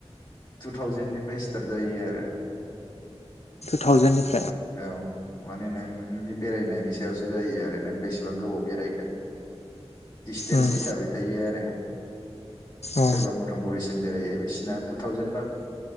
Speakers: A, on the left; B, on the left.
A: टु थावजेेननिफ्राय स्टार्ट जायो आरो
B: थावजेनडनि
A: औ माने नोंनि बेरायनायनि सायावसो जायो आरो नों बे बेसेबां गोबाव बेरायगोन दिडसटेन्स
B: उम
A: हिसाबै थायो आरो
B: अ
A: सोरबा मथ'गरिसिम बेरायो बिसिना टु थावजेन बा